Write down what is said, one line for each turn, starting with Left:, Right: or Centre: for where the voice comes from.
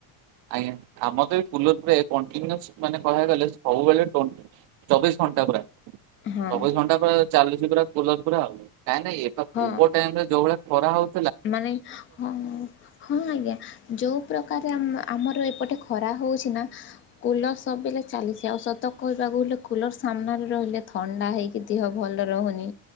Right: ଆଜ୍ଞା ଆମ ତ ଏ ଫୁଲରେ କନଟିନିଓସ ମାନେ କହକୁ ଗଲେ ସବୁବେଳେ ଚବିଶ ଘଣ୍ଟା ପୁରା
Left: ହଁ
Right: ଚବିଶ ଘଣ୍ଟା ପରେ ଚାଲୁଛି ପୁରା କୋଲାର ପୁରା ଆଉ। କାଁକ ନା ଏବୋ
Left: ହଁ
Right: ପୁର୍ବ ଟାଇମ ରେ ଯୋଉ ଭଳି ଖରା ହଉ
Left: ମାନେ ହଁ ହଁ ହଁ ଆଜ୍ଞା ଯୋଉ ସୁ ପ୍ରକ ଆମର ଏପଟେ ଖରା ହଉଛି ନା କୁଲର ସବୁବେଳେ ଚାଲିଛି ଆଉ ସତ କହିବାକୁ ଗଲେ କୁଲର ସାମ୍ନାରେ ରହିଲେ ଥଣ୍ଡା ହେଇକି ଦେହ ଭଲ ରହୁନି।